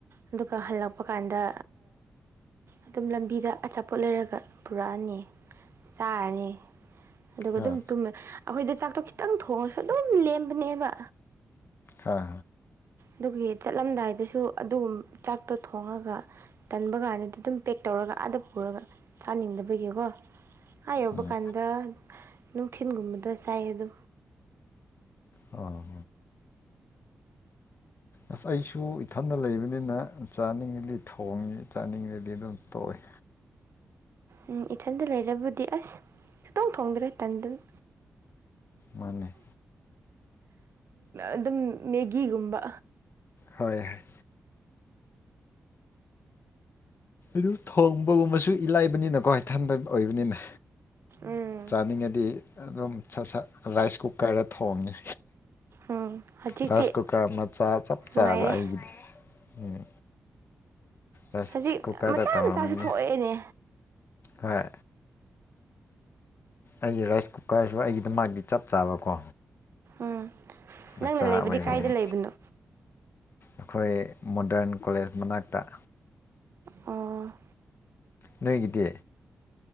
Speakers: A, on the right; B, on the left.
A: ꯑꯗꯨꯒ ꯍꯜꯂꯛꯄ ꯀꯥꯟꯗ ꯑꯗꯨꯝ ꯂꯝꯕꯤꯗ ꯑꯆꯥꯄꯣꯠ ꯂꯩꯔꯒ ꯄꯨꯔꯛꯑꯅꯤ꯫ ꯆꯥꯔꯅꯤ ꯑꯗꯨꯒ
B: ꯍꯣꯏ
A: ꯑꯗꯨꯝ ꯇꯨꯝꯃꯦ ꯑꯩꯈꯣꯏꯗꯣ ꯆꯥꯛꯇꯣ ꯈꯤꯇꯪ ꯊꯣꯡꯉꯁꯨ ꯑꯗꯨꯝ ꯂꯦꯝꯕꯅꯦꯕ꯫
B: ꯑ꯫
A: ꯑꯗꯨꯒꯤ ꯆꯠꯂꯝꯗꯥꯏꯗꯁꯨ ꯑꯗꯨꯒꯨꯝ ꯆꯥꯛꯇꯣ ꯊꯣꯡꯉꯒ ꯇꯟꯕ ꯀꯥꯟꯗꯗꯤ ꯑꯗꯨꯝ ꯄꯦꯛ ꯇꯧꯔꯒ ꯑꯥꯗ ꯄꯨꯔꯒ ꯆꯥꯅꯤꯡꯗꯕꯒꯤꯀꯣ꯫ ꯑꯥ ꯌꯧꯕ
B: ꯎꯝ
A: ꯀꯥꯟꯗ ꯅꯨꯡꯊꯤꯟꯒꯨꯝꯕꯗ ꯆꯥꯏ ꯑꯗꯨ꯫
B: ꯑꯣ꫰꫰ ꯑꯁ ꯑꯩꯁꯨ ꯏꯊꯟꯇ ꯂꯩꯕꯅꯤꯅ ꯆꯥꯅꯤꯡꯉꯤꯗꯤ ꯊꯣꯡꯉꯤ ꯆꯥꯅꯤꯡꯉꯤꯗꯤ ꯑꯗꯨꯝ ꯇꯣꯛꯏ꯫
A: ꯎꯝ ꯏꯊꯟꯗ ꯂꯩꯔꯕꯨꯗꯤ ꯑꯁ ꯁꯨꯡꯊꯣꯡ ꯊꯣꯡꯗ꯭ꯔꯦ ꯇꯟꯗꯅ꯫
B: ꯃꯥꯅꯦ꫰꫰
A: ꯑꯗꯨꯝ ꯃꯦꯒꯤꯒꯨꯝꯕ꯫
B: ꯍꯣꯏꯌꯦ꯫ ꯑꯗꯨ ꯊꯣꯡꯕꯒꯨꯝꯕꯁꯨ ꯏꯂꯥꯏꯕꯅꯤꯅꯀꯣ ꯏꯊꯟꯇ ꯑꯣꯏꯕꯅꯤꯅ꯫
A: ꯎꯝ
B: ꯆꯥꯅꯤꯡꯉꯗꯤ ꯑꯗꯨꯝ ꯁꯠ ꯁꯠ ꯔꯥꯏꯁ ꯀꯨꯀꯔꯗ ꯊꯣꯡꯉꯦ꯫
A: ꯎꯝ ꯍꯧꯖꯤꯛꯇꯤ
B: ꯔꯥꯏꯁ ꯀꯨꯀꯔ ꯃꯆꯥꯥ ꯆꯞ ꯆꯥꯕ
A: ꯅꯨꯡꯉꯥꯏꯔꯦ
B: ꯑꯩꯒꯤ ꯎꯝ꯫ ꯔꯥꯏꯁ
A: ꯍꯧꯖꯤꯛ
B: ꯀꯨꯀꯔꯗ
A: ꯃꯆꯥ
B: ꯇꯧꯔꯝꯃꯅꯤ
A: ꯃꯆꯥꯁꯨ ꯊꯣꯛꯂꯑꯦꯅꯦ꯫
B: ꯍꯣꯏ꯫ ꯑꯩꯒꯤ ꯔꯥꯏꯁ ꯀꯨꯀꯔꯁꯨ ꯑꯩꯒꯤꯗꯃꯛꯗꯤ ꯆꯞ ꯆꯥꯕꯀꯣ꯫
A: ꯎꯝ ꯅꯪꯅ
B: ꯃꯆꯥ
A: ꯂꯩꯕꯗꯤ
B: ꯑꯣꯏꯕꯅꯤꯅ
A: ꯀꯥꯏꯗ ꯂꯩꯕꯅꯣ꯫
B: ꯑꯩꯈꯣꯏ ꯃꯣꯗꯔꯟ ꯀꯣꯂꯦꯖ ꯃꯅꯥꯛꯇ꯫
A: ꯑꯣ꯫
B: ꯅꯣꯏꯒꯤꯗꯤ